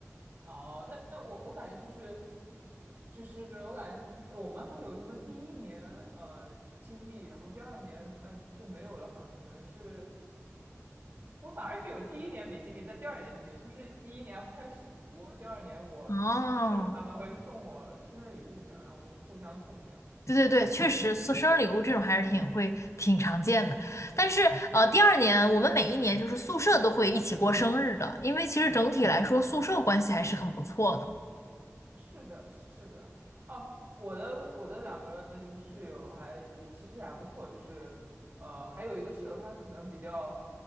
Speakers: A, on the right; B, on the left.
A: 哦，那那我我感觉就是，就是我感觉我们好像有什么第一年呃经历，然后第二年呃就没有了，哈，可能是，嗯，我反而有第一年没经历，但第二年经历，就是第一年还不太熟，第二年我室友他们会送我生日礼物这样，
B: 哦，
A: 然后我们互相送这样。
B: 对对对，确实送生日礼物这种还是挺会挺常见的，但是呃，第二年我们每一年就是宿舍都会一起过生日的，因为其实整体来说宿舍关系还是很不错的。
A: 是的，是的，哦，我的我的两个就是室友还也其实还不错，就是呃还有一个室友他可能比较。